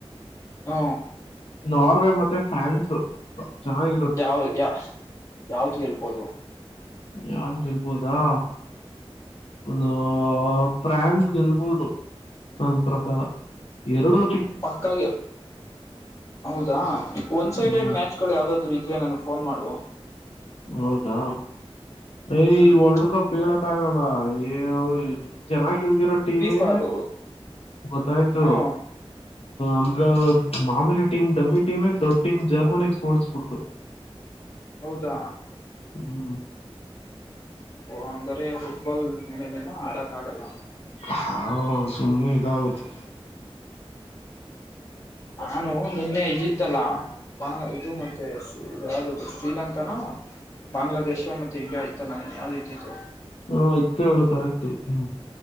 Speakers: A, on the left; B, on the left.
A: ಹ
B: ನಾರ್ವೆ ಮತ್ತೆ ಫ್ರಾನ್ಸ್ ಚೆನ್ನಾಗಿ
A: ಯಾವ ಯ ಯಾವ್ದು ಗೆಲ್ಬೋದು
B: ಯಾದ ಗೆಲಬೋದಾ. ಒಂದು ಫ್ರಾನ್ಸ್ ಗೆಲ್ಬೋದು ನನ್ನ ಪ್ರಕಾರ ಎರಡು
A: ಪಕ್ಕ ಗೆ ಹೌದಾ ಒನ್ ಸೈಡೆಡ್
B: ಹ್ಮ್
A: ಮ್ಯಾಚ್ ಳ ಯಾವ್ದಾದ್ರು ಇದ್ರ ನನಗ ಫೋನ್ ಮಾಡು.
B: ಹೌದಾ. ಯ
A: ಹ್ಮ್
B: ಈ ವರ್ಲ್ಡ್ ಕಪ್ ಹೇಳೋಕ ಆಗಲ್ಲ ಏ ಚೆನ್ನಾಗಿಲ್ದಿರೋ ಟೀಮೆ
A: ಫೀಫಾ ಅದು
B: ಗೊತ್ತಾಯ್ತು.
A: ಹಾ
B: ಅಂದ್ರ ಮಾಮೂಲಿ ಟೀಮ್ ಡಮ್ಮಿ ಟೀಮೇ ದೊಡ್ಡ ಟೀಮ್ ಜರ್ಮನಿಗ್ ಸೋಲಸಿ ಬಿಟತು.
A: ಹೌದಾ.
B: ಹ್ಮ್.
A: ಓ ಅಂಗಾರೆ ಫುಟ್ಬಾಲ್ ಮೇಲೆಲ್ಲ ಆಡಕ್ ಆಗಲ್ಲ.
B: ಹಾ ಸುಮನೆ ಇದಾಗತ್ತೆ.
A: ನಾನು ನಿನ್ನೆ ಇದಿತ್ತಲ್ಲ. ಬಾಂಗ ಇದು ಮತ್ತೆ ಯಾವದದು ಶ್ರೀಲಂಕಾನ ಬಾಂಗ್ಲಾದೇಶ <unintelligible> ಮತ್ತ ಇಂಡಿಯಾ ಇತ್ತನ ಯಾವದ ಇದ್ದಿದು.
B: ಹಾ ಇತ್ತು ಹೇಳು ಕರೆಕ್ಟ ಹ್ಮ.